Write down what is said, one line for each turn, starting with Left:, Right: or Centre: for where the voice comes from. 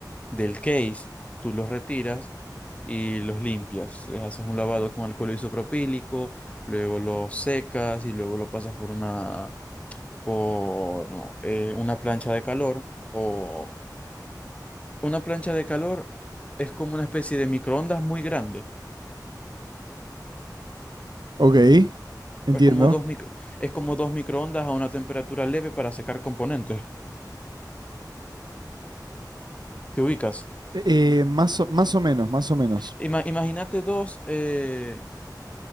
Left: del case. Tú los retiras y los limpias. Les haces un lavado con alcohol isopropílico, luego los secas y luego lo pasas por una, por, no, eh, una plancha de calor. O una plancha de calor es como una especie de microondas muy grande.
Right: ok, entiendo.
Left: Es como dos micro, es como dos microondas a una temperatura leve para secar componentes. ¿Te ubicas?
Right: Eh, más o, más o menos, más o menos.
Left: Ima- imagínate dos, eh,